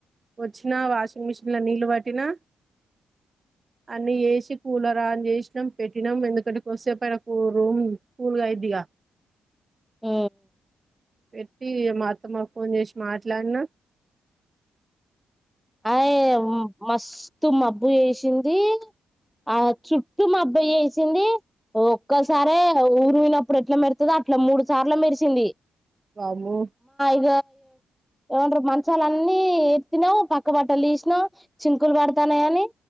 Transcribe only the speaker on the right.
వచ్చినా వాషింగ్ మిషిన్ల నీళ్ళు పట్టినా అన్ని చేసి కూలర్ ఆన్ చేసినం పెట్టినం ఎందుకంటే కాస్సేపైన రూమ్ కూల్గా అయిద్దిగా
పెట్టి మా అత్తమకు ఫోన్ చేసి మాట్లాడిన
వామ్మో